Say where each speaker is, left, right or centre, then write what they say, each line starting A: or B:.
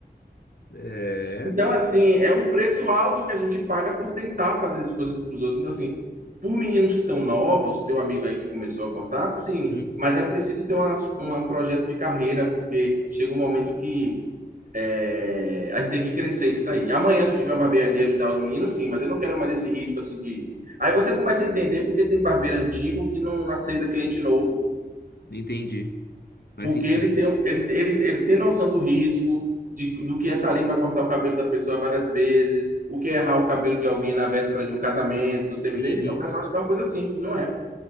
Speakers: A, on the left; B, on the right.
A: É.
B: Então, assim, é um preço alto que a gente paga por tentar fazer as coisas para os outros. Então, assim, por meninos que estão novos, teu amigo aí que começou a cortar, sim,
A: Hum,
B: mas é preciso ter uma, um projeto de carreira, porque chega um momento que é, a gente tem que crescer disso aí. Amanhã, se eu tiver uma barbearia ajudar os meninos, sim, mas eu não quero mais esse risco, assim, de... Aí você começa a entender porque tem barbeiro antigo que não aceita cliente novo.
A: entendi. Faz
B: Porque
A: sentido.
B: ele tem, ele, ele, ele tem noção do risco, de, do que é estar ali para cortar o cabelo da pessoa várias vezes, o que é errar o cabelo de alguém na véspera de um casamento, você me
A: Uhum.
B: entende? O pessoal acha que é uma coisa simples, não é?